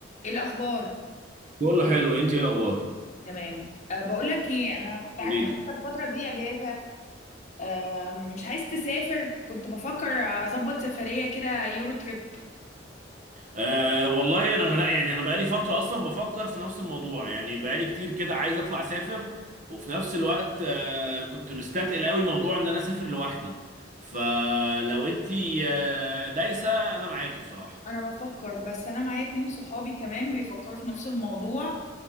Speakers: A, on the left; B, on the right.
A: ايه الاخبار
B: بقول له حلو انت ايه الاخبار
A: تمام أه بقول لك ايه انا كنت عارفه
B: قولي
A: ان
B: لي
A: انت الفتره دي اجازه أه مش عايز تسافر كنت بفكر اظبط سفريه كده يورو تريب
B: آه والله انا لا يعني انا بقالي فتره اصلا بفكر في نفس الموضوع يعني بقالي كتير كده عايز اطلع اسافر وفي نفس الوقت آه كنت مستثقل قوي موضوع ان انا اسافر لوحدي فلو انت آه دايسه انا معاكي بصراحه
A: انا بفكر بس انا معايا اتنين صحابي كمان بيفكروا في نفس الموضوع